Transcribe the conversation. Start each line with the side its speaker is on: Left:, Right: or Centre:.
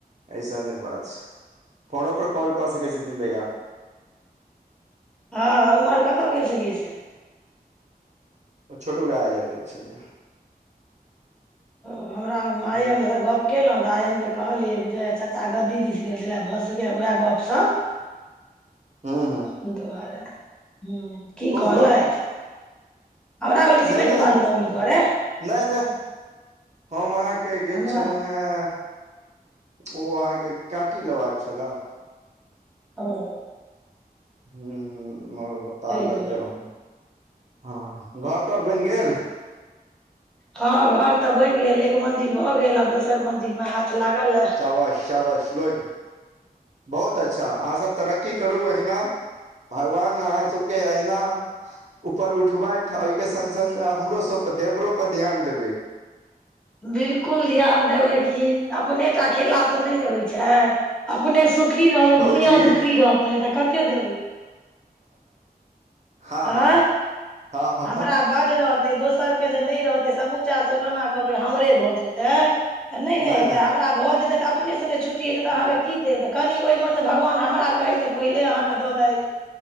Right: ऐसने बात छै फोनो पर कॉल कऽ सकै छथिन भैया।
Centre: हँ ओमहर कतऽ गेल छलियै से?
Right: आ छोटू भैया एजा गेल छलियै।
Centre: ओ हमरा आयन
Right: ह
Centre: से गप केलहु तऽ आयन के कहलियै बुझाइये चचा ग दीदी गेल छले। भऽ सकैये उएह गप- सप
Right: ह ह
Centre: करतै दुवारे हूं। की
Right: कोन
Centre: कहलथि
Right: गप
Centre: हमरा भेल सीमेंट
Right: नहि नहि
Centre: बालू तबलू <unintelligible> दुवारे।
Right: नहि नहि हम अहाँके गेल
Centre: हमरा
Right: छलहुँ हें ओ अहाँके काँटी लेबाक छलेए।
Centre: ओं
Right: हूॅं हूॅं तार
Centre: ताहि
Right: लऽ
Centre: दुआरे
Right: कऽ एलौं हें। हँ घर तर बनि गेल?
Centre: हँ घर तऽ बनि गेल एक मंजिल भऽ गेल आब दोसर मंजिल मे हाथ लागल ए।
Right: अवश्य अवश्य गुड बहुत अच्छा अहाँ सब तरक्की करू अहिना। भगवान अहाँ सबके अहिना उपर उठबथि आ ओइके संग - संग हमरो सब पर देबरो पर ध्यान देबै।
Centre: बिलकुल ध्यान देबै की अपने टा खेला से नै ने होइ छै। अपने सुखी रहबै
Right: बाबूजी
Centre: दुनिया दुखी रहतै तऽ कते देबै।
Right: हँ हँ
Centre: आँय
Right: हँ। हँ हँ
Centre: हमरा
Right: हँ
Centre: बड्ड रहत दोसर के जे नै रहतै समूचा सुगौना कहबै हमरे भऽ जेतै त नै
Right: नहि
Centre: ने हेतै
Right: नहि
Centre: आब हमरा भऽ जेतै त अपने से नै छुट्टी हेतै त अहांके की देब त कनी ओइ म से भगवान हमरा कहै से पहिले अहाँके दऽ दाइथ।